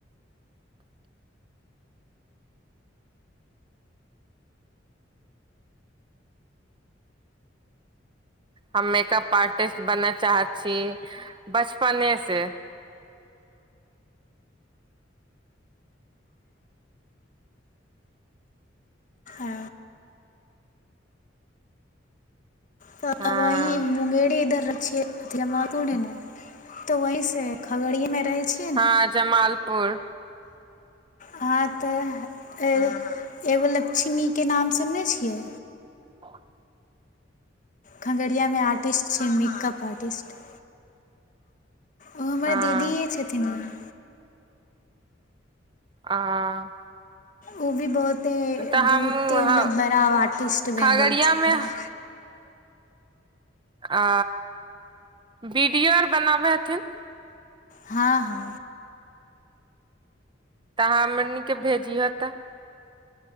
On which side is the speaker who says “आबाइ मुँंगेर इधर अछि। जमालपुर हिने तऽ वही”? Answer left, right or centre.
Left